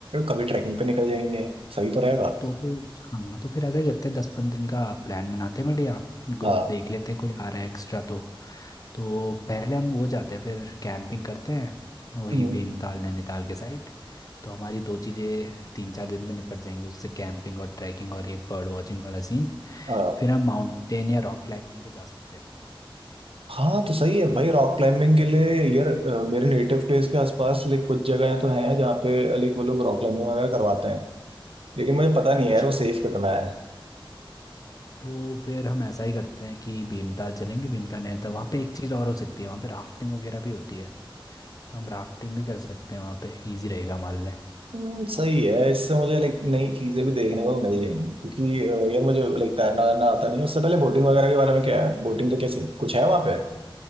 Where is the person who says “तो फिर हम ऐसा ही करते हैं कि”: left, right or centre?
Left